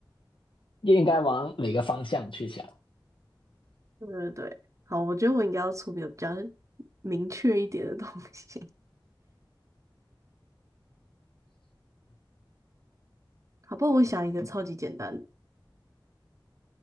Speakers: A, on the left; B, on the right.
A: 应该往哪个方向去想。
B: 对 <laughs> 对对，好，我觉得我应该要出比较比较明确一点的东西。<laughs> 好，不然我想一个超级简单的